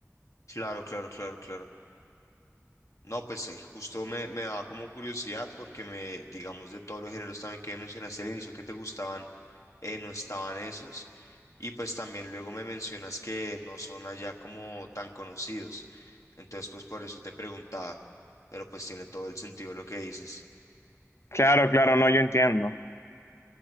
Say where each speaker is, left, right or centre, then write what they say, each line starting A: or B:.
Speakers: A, on the left (about 70°); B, on the left (about 55°).
A: claro, claro, claro, claro. No, pues eh, justo me, me daba como curiosidad porque me, digamos, de todos los géneros también que mencionaste al inicio que te gustaban, eh, no estaban esos. Y pues también luego me mencionas que no son allá como tan conocidos. Entonces, pues por eso te preguntaba. Pero pues tiene todo el sentido lo que dices.
B: Claro, claro, no, yo entiendo.